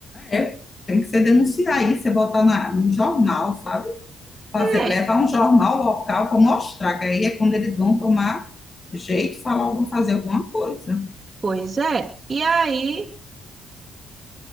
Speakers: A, on the left; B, on the right.
A: É, tem que ser denunciar isso, você botar na, no jornal, sabe? fazer,
B: É,
A: levar um jornal local para mostrar, que aí é quando eles vão tomar jeito, falar algum, fazer alguma coisa.
B: pois é. E aí,